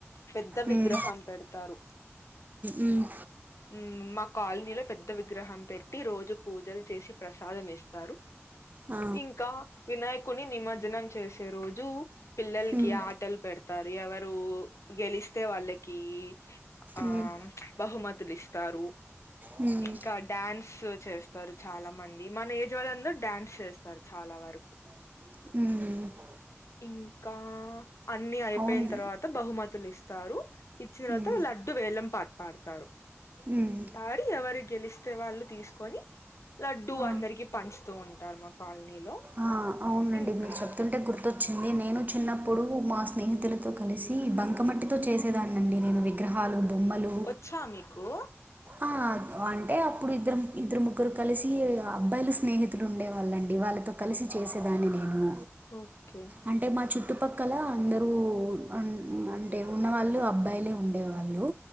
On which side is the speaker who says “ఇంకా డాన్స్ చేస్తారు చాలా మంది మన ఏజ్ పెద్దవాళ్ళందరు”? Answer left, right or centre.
Left